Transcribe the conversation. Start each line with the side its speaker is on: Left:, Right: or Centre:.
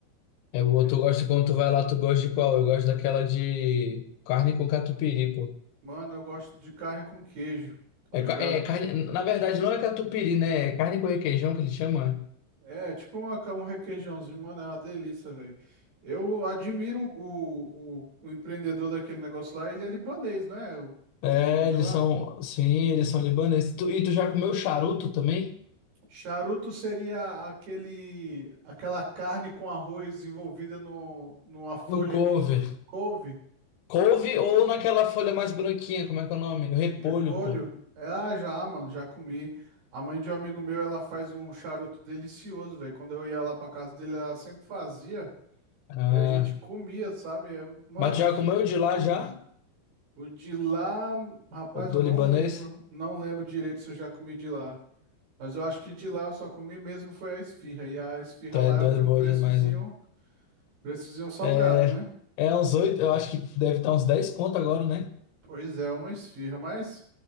Left: É boa,
Right: né? É.
Left: tu gosta quando tu vai lá, tu gosta de qual? Eu gosto daquela de carne com catupiry, pô.
Right: Mano, eu gosto de carne com queijo, tá
Left: É,
Right: ligado?
Left: ca- é carne, na verdade não é catupiry, né? É carne com requeijão que eles chamam, é?
Right: É, tipo uma, ca- um requeijãozinho, mano, é uma delícia, velho. Eu admiro o, o, o empreendedor daquele negócio lá, ele é libanês, não é? O,
Left: É,
Right: o dono de
Left: eles
Right: lá.
Left: são, sim, eles são libaneses. Tu- e tu já comeu charuto também?
Right: Charuto seria aquele, aquela carne com arroz envolvida no, numa folha
Left: No couve.
Right: de couve,
Left: Couve ou naquela folha mais branquinha, como é que é o nome? No repolho,
Right: de repolho.
Left: pô.
Right: É, ah, já, mano, já comi. A mãe de um amigo meu, ela faz um charuto delicioso, velho. Quando eu ia lá pra casa dele, ela sempre fazia
Left: Ah,
Right: e a gente comia, sabe? É, Mano,
Left: mas tu já
Right: que...
Left: comeu de lá já?
Right: o de lá, rapaz,
Left: O do
Right: eu não
Left: libanês?
Right: lembro, não lembro direito se eu já comi de lá. Mas eu acho que de lá eu só comi mesmo foi a esfirra. E a esfirra
Left: Tu
Right: lá
Left: é doido,
Right: ela tem
Left: boa
Right: um preçozinho
Left: demais, né?
Right: Preços de um salgado,
Left: É,
Right: né?
Left: é uns oito, eu acho que deve estar uns 10 conto agora, né?
Right: Pois é, uma esfirra, mas